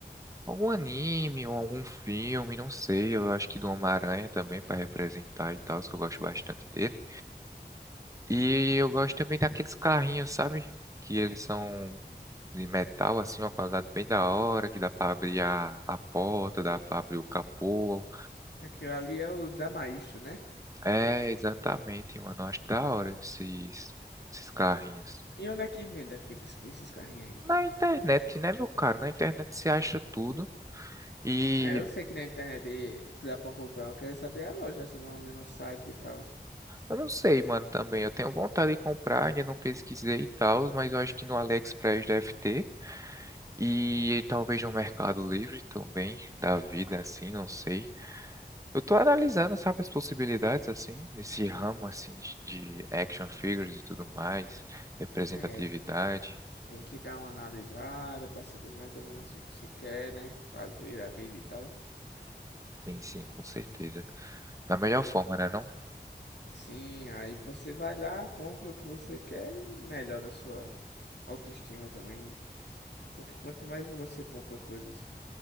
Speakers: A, on the right; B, on the left.
A: algum anime ou algum filme, não sei. Eu acho que do Homem-Aranha também para representar e tal, que eu gosto bastante dele. E eu gosto também daqueles carrinhos, sabe? Que eles são de metal assim, uma qualidade bem da hora, que dá para abrir a, a porta, dá para abrir o capô.
B: Aquilo ali é os da Maestro, né?
A: É, exatamente, mano. Eu acho da hora esses esses carrinhos.
B: E onde é que vende aqueles, esses carrinhos aí?
A: Na internet, né, meu caro? Na internet você acha tudo. E
B: É, eu sei que na internet dá pra comprar, eu queria saber a loja, assim, mais ou menos o site e tal.
A: eu não sei, mano, também. Eu tenho vontade de comprar, ainda não pesquisei e tal, mas eu acho que no AliExpress deve ter. E talvez no Mercado Livre também, da vida, assim, não sei. Eu tô analisando, sabe, as possibilidades, assim, nesse ramo, assim, de de action figures e tudo mais, representatividade.
B: É, tem que dar uma analisada pra saber mais ou menos o que você quer, né? Fazer a vida e tal.
A: Tem sim, com certeza. Da melhor forma, né, não?
B: Sim, aí você vai lá, compra o que você quer e melhora a sua autoestima também, né? Porque quanto mais você compra coisas